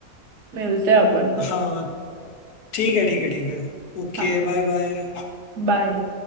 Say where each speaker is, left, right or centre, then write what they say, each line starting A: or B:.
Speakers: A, on the right (about 80°); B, on the left (about 75°).
A: मिलते हैं अपन
B: हाँ ठीक है ठीक है ठीक है Okay
A: हाँ
B: bye bye
A: बाय